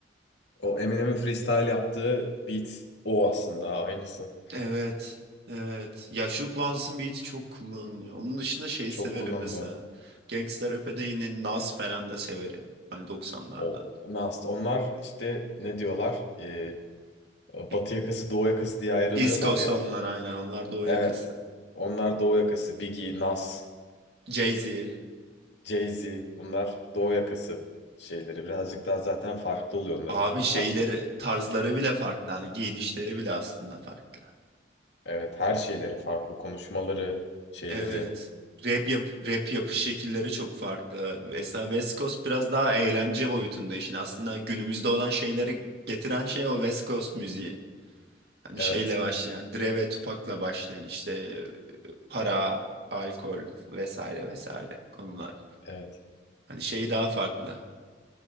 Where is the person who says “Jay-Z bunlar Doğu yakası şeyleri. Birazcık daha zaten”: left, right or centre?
Left